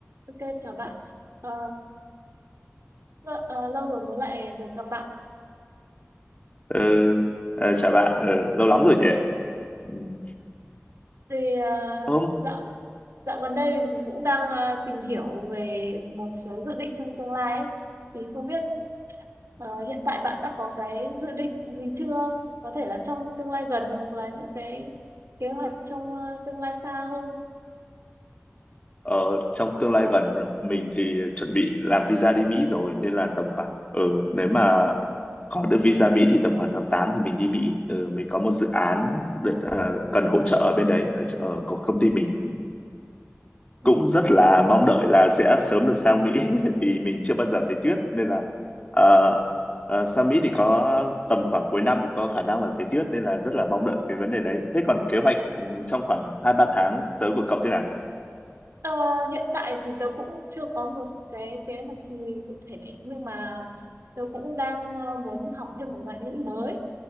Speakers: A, on the right; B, on the left.
A: Ok, chào bạn. Ờ, l- ờ, lâu rồi mới lại được gặp bạn.
B: Ờ, ờ, chào bạn, Ờ, lâu lắm rồi nhỉ? Ừm,
A: Thì ờ,
B: Không,
A: dạo dạo gần đây mình cũng đang ờ, tìm hiểu về một số dự định trong tương lai ấy. Thì không biết ờ, hiện tại bạn đã có cái dự định gì chưa? Có thể là trong tương lai gần hoặc là những cái kế hoạch trong ờ, tương lai xa hơn.
B: ờ, trong tương lai gần mình thì chuẩn bị làm visa đi Mỹ rồi nên là tầm khoảng ờ, nếu mà có được visa Mỹ thì tầm khoảng tháng 8 thì mình đi Mỹ. Ờ, mình có một dự án đ- ờ, cần hỗ trợ ở bên đấy ở, chỗ- ở của công ty mình.
A: Ừ.
B: cũng rất là mong đợi là sẽ sớm được sang Mỹ <laughs> vì mình chưa bao giờ thấy tuyết nên là ờ, ờ, sang Mỹ thì có tầm khoảng cuối năm thì có khả năng là thấy tuyết nên là rất là mong đợi cái vấn đề đấy. Thế còn kế hoạch ừ, trong khoảng hai ba tháng tới của cậu thế nào?
A: Ờ, hiện tại thì tớ cũng chưa có một cái kế hoạch gì cụ thể nhưng mà tớ cũng đang ờ, muốn học thêm một ngoại ngữ mới